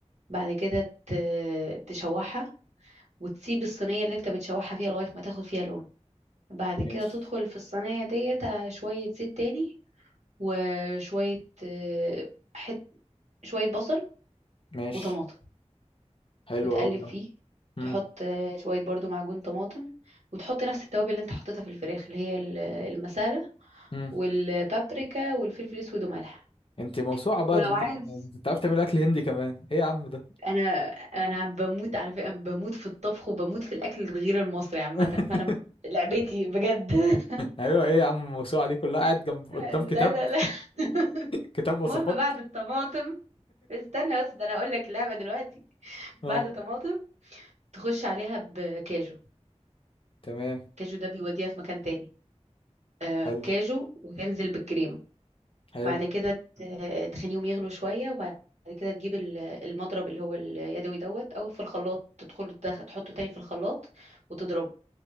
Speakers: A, on the right (about 75°); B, on the left (about 50°).
A: بعد كده ت- تشوحها وتسيب الصينية اللي انت بتشوحها فيها لغاية ما تاخد فيها لون بعد
B: ماشي
A: كده تدخل في الصينية ديت آه، شوية زيت تاني وشوية آه، حت شوية بصل
B: ماشي
A: وطماطم
B: حلو
A: وتقلب
B: قوي ده
A: فيه
B: امم
A: تحط آه، شوية برضو معجون طماطم وتحط نفس التوابل اللي انت حطيتها في الفراخ اللي هي ال- المسالة
B: امم
A: والبابريكا والفلفل الأسود وملح
B: انت موسوعه بقى
A: ولو
B: ده انت
A: عايز
B: انت عارف تعمل اكل هندي كمان ايه يا عم ده
A: انا انا بموت على فكره بموت في الطبخ وبموت في الاكل الغير المصري عامه
B: <laughs>
A: فانا لعبتي بجد <laughs>
B: ايوه ايه يا عم الموسوعه دي كلها قاعد جنب
A: لا
B: قدام كتاب
A: لا لا <laughs>
B: كتاب وصفات
A: المهم بعد الطماطم استنى بس ده انا هقول لك اللعبه دلوقتي
B: اه
A: بعد طماطم تخش عليها بكاجو
B: تمام
A: كاجو ده بيوديها في مكان تاني آه
B: حلو
A: كاجو وتنزل بالكريمه
B: حلو
A: بعد كده ت- تخليهم يغلوا شويه وبعد كده تجيب ال- المضرب اللي هو اليدوي دوت او في الخلاط تدخله تدخ- تحطه تاني في الخلاط وتضربه